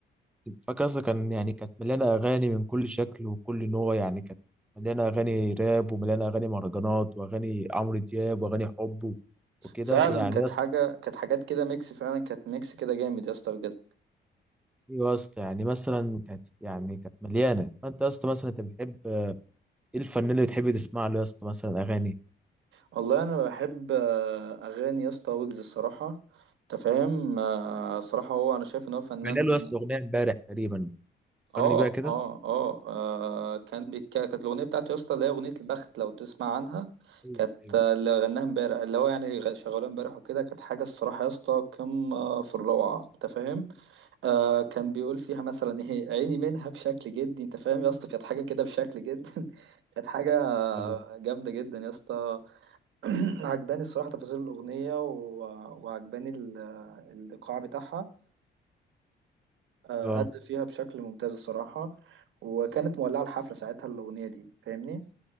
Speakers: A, in the centre; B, on the right.
A: فاكر يا اسطى كان يعني كانت مليانه اغاني من كل شكل وكل نوع يعني كانت مليانه اغاني راب ومليانه اغاني مهرجانات واغاني عمرو دياب واغاني حب و- وكده
B: فعلا
A: يعني
B: كانت
A: يا اسطى
B: حاجه كانت حاجات كده ميكس فعلا كانت ميكس كده جامد يا اسطى بجد
A: أيوة يا اسطى يعني مثلا كانت يعني كانت مليانه فانت يا اسطى مثلا انت بتحب ايه الفنان اللي بتحب تسمع له يا اسطى مثلا اغاني
B: والله انا بحب آه، اغاني يا اسطى ويجز الصراحه انت فاهم آه، الصراحه هو انا شايف ان هو فنان
A: عامل له يا اسطى اغنيه امبارح تقريبا فكرني
B: اه
A: بيها كده
B: اه اه آه، كان بيك... كانت الاغنيه بتاعته يا اسطى اللي هي اغنيه البخت لو تسمع عنها
A: ايوه
B: كانت
A: ايوه
B: آه، اللي غناها امبارح اللي هو يعني غ- شغالها امبارح وكده كانت حاجه الصراحه يا اسطى قمه في الروعه انت فاهم آه كان بيقول فيها مثلا ايه عيني منها بشكل جدي انت فاهم يا اسطى كانت حاجه كده بشكل جدي <laughs> كانت حاجه
A: أيوة.
B: جامده جدا يا اسطى <clears throat> عجباني الصراحه تفاصيل الاغنيه و... وعجباني ال- الايقاع بتاعها آه،
A: اه
B: أدى فيها بشكل ممتاز الصراحة وكانت مولعة الحفلة ساعتها الأغنية دي فاهمني